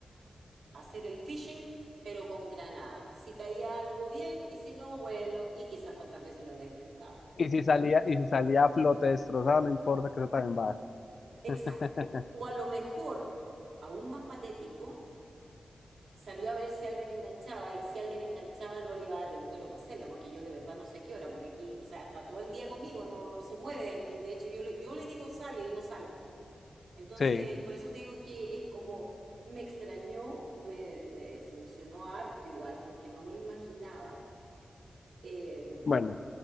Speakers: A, on the right (about 70°); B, on the left (about 55°).
A: hacer el phishing, pero con granada. Si caía algo bien y si no, bueno, y quizás cuántas veces lo habrá intentado.
B: Y si salía, y si salía a flote destrozado, no importa que eso también va. <laughs>
A: Exacto. O a lo mejor, aún más patético, salió a ver si alguien enganchaba y si alguien enganchaba no le iba a dar el cuero para hacerla, porque yo de verdad no sé a qué hora, porque aquí, o sea, está todo el día conmigo, no, no se mueve de aquí. De hecho, yo le, yo le digo sale y no sale. Entonces,
B: Sí,
A: por eso te digo que es como, me extrañó, me, me desilusionó harto igual, porque no me lo imaginaba. Eh,
B: bueno,